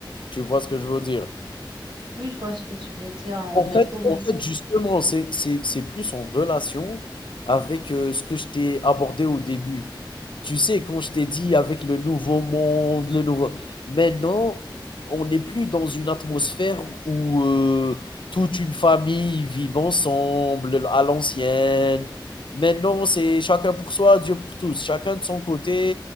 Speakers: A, on the left; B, on the right.
A: tu vois ce que je veux dire?
B: Oui, je vois ce que tu veux dire, euh,
A: En
B: mais
A: fait
B: pour nous,
A: en fait, justement, c'est c'est c'est plus en relation avec, heu, ce que je t'ai abordé au début. Tu sais, quand je t'ai dit avec le nouveau monde, le nouveau maintenant, on n'est plus dans une atmosphère où, heu, toute une famille vit ensemble à l'ancienne. Maintenant, c'est chacun pour soi, Dieu pour tous, chacun de son côté